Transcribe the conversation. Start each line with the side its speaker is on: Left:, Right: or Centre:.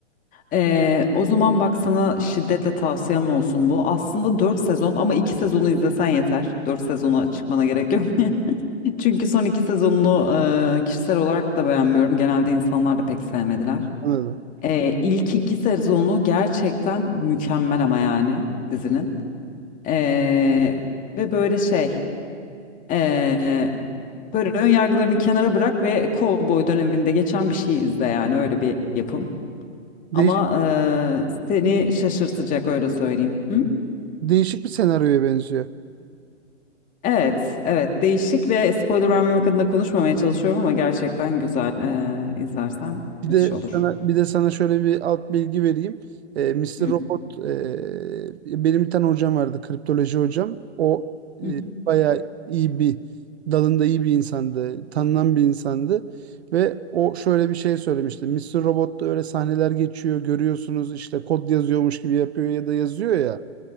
Left: Ee, o zaman bak sana şiddetle tavsiyem olsun bu. Aslında 4 sezon ama 2 sezonu izlesen yeter. 4 sezona çıkmana gerek yok. <laughs> Çünkü son 2 sezonunu e, kişisel olarak da beğenmiyorum. Genelde insanlar da pek sevmediler.
Right: Anladım.
Left: Ee, ilk 2 sezonu gerçekten mükemmel ama yani dizinin. Ee, ve böyle şey ee, böyle ön yargılarını kenara bırak ve Cowboy döneminde geçen bir şey izle yani öyle bir yapım.
Right: Değişik,
Left: Ama ee, seni şaşırtacak öyle söyleyeyim. Hı?
Right: değişik bir senaryoya benziyor.
Left: Evet, evet değişik ve spoiler vermemek adına konuşmamaya çalışıyorum ama gerçekten güzel. Ee, izlersen
Right: Bir
Left: müthiş
Right: de
Left: olur.
Right: sana bir de sana şöyle bir alt bilgi vereyim. E, Mr.
Left: Hı.
Right: Robot e, benim bir tane hocam vardı, kriptoloji hocam. O
Left: Hı hı.
Right: bayağı iyi bir dalında iyi bir insandı, tanınan bir insandı ve o şöyle bir şey söylemişti. Mr. Robot'ta öyle sahneler geçiyor, görüyorsunuz işte kod yazıyormuş gibi yapıyor ya da yazıyor ya